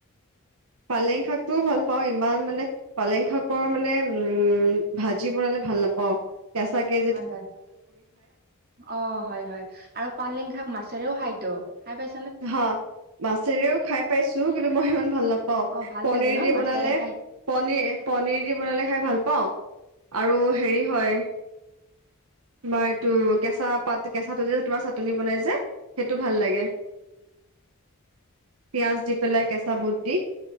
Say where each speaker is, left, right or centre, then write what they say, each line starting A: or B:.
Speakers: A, on the right; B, on the right.
A: পালেং শাকটোও ভাল পাওঁ ইমান মানে পালেং শাকৰ মানে উমঁ' ভাজি বনালে ভাল নাপাওঁ। কেচাকে
B: হয় হয়, অঁ' হয় হয় আৰু পালেং শাক মাছেৰেও খায়তো। খাই পাই
A: হা, মাছেৰেও খাই পাইছো কিন্তু মই ইমান ভাল না পাওঁ,
B: অ ভাল
A: পনিৰ
B: লাগে ন
A: দি
B: মাছেৰে
A: বনালে
B: খাই
A: লি পনিৰ দি খাই ভাল পাওঁ, আৰু হেৰি হয়। তোমাৰ এইটো কেঁচা পাত কেঁচা ত যে তোমাৰ চাটনি বনাই যে সেইটো ভাল লাগে। পিয়াঁজ দি পেলাই কেঁচা বুট দি।